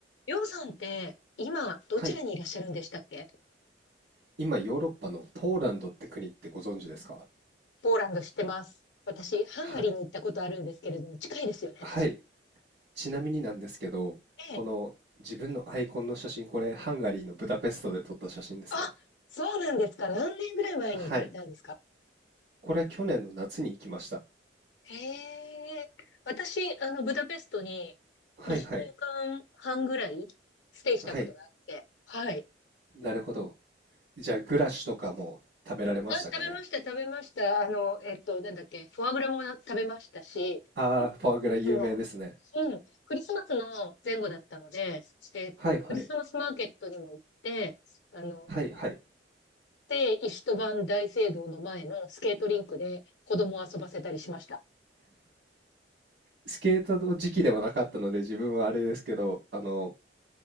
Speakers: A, on the left; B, on the right.
A: りょうさんって、今、どちらにいらっしゃるんでしたっけ
B: はい。今、ヨーロッパのポーランドって国ってご存知ですか
A: ポーランド知ってます。私、ハンガリーに行ったことあるんですけれども、
B: はい。
A: 近いですよね、確かに。
B: はい。ちなみになんですけど、この自分のアイコンの写真、
A: ええ。
B: これハンガリーのブダペストで撮った写真ですね。
A: あ、そうなんですか。何年ぐらい前に行かれたんですか
B: はい。これ去年の夏に行きました。
A: へえ。私、あの、ブダペストに
B: はいはい。
A: 2週間半ぐらいステイしたことがあって、
B: はい。
A: はい。
B: なるほど。じゃあ、グラッシュとかも食べられましたかね
A: あ、食べました、食べました。あの、えっと、なんだっけ、フォアグラもな食べましたし、
B: ああー、
A: クリスマスの、
B: フォアグラ有名ですね。
A: うん、クリスマスの前後だったので、えっと、
B: はいはい。
A: クリスマスマーケットにも行って、あの、
B: はいはい。
A: で、イストバン大聖堂の前のスケートリンクで子供を遊ばせたりしました。
B: スケートの時期ではなかったので、自分はあれですけど、あの、